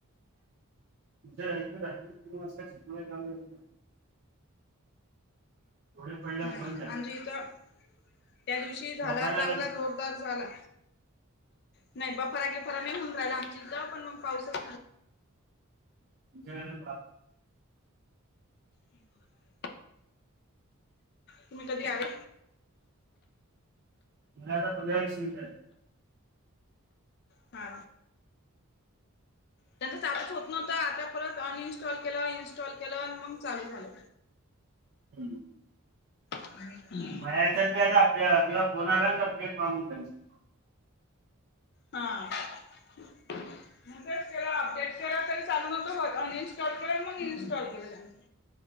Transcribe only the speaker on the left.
नाही
आणिज इथं त्या दिवशी झाला
चांगला
जोर दर झाला नाही बा फरागी फरा नाही होऊन राहिला. जिथ पण मग पावसात
हम्म तुम्ही कधी आले?
हा त्यांच चालूच होत नव्हतं आता परत अनइन्स्टॉल केलं, इनस्टॉल केल अन मंग चालू झालं.
<unintelligible>
हा मंग तेच केलं अपडेट केल तरी चालू न्हवत होत, अनइनस्टॉल केलं अन मग इन्स्टॉल केलं त्यांनी.